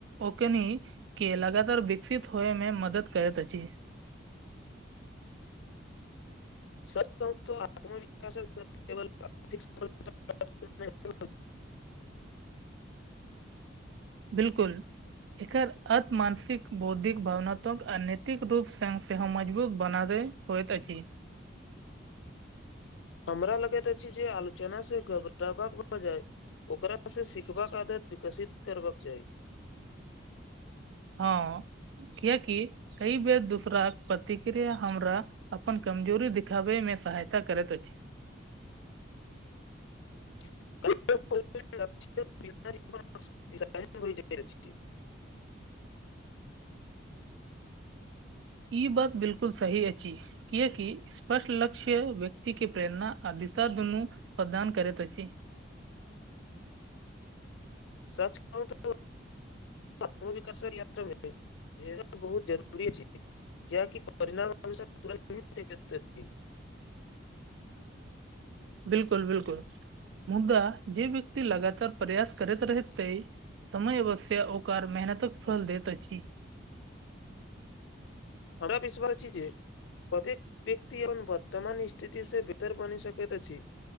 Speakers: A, on the right; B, on the left.
A: ओकनी के लगातार विकसित होए में मदद करैत अछि
B: सच कहुं ता आत्मविकास आर्थिक <inaudible> नहि।
A: बिलकुल एकर अत मानसिक बौद्धिक भावनात्मक आ नैतिक रूप संग सेहो मजबूत बनाबै होयत अछि <unintelligible>
B: हमरा लगैत अछि जे आलोचना से घबरावक भऽ जाय ओकरा से सीखबाक आदत विकसित करबाक चाही
A: हँ कियैकि कई बेर दूसराक प्रतिक्रिया हमरा अपन कमजोरी दिखाबे मे सहायता करत अछि छय
B: <inaudible>
A: ई बात बिलकुल सही अछि कियैकि स्पष्ट लक क्ष्य व्यक्ति के प्रेरणा आ दिशा दुनू प्रदान करैत अछि
B: सच कहु -- तऽ <inaudible> <inaudible>
A: बिलकुल बिलकुल मुदा जे व्यक्ति लगातार प्रयास करैत रहतते समय अवश्य ओकर मेहनतक फल देत अछि
B: हमरा विश्वास छय जे प्रत्येक व्यक्ति ए वर्तमान स्थिति से बेतर बनि सकैत अछि